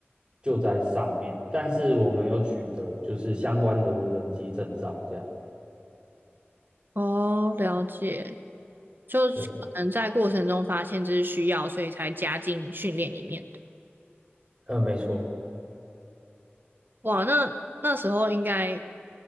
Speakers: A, on the right (about 20°); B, on the right (about 50°).
A: 救灾上面。但是我们有取得就是相关的无人机证照，这样。
B: 哦，了解，就是可能在过程中发现这是需要，
A: 对，
B: 所以才加进训练里面的。
A: 嗯，没错。
B: 哇，那那时候应该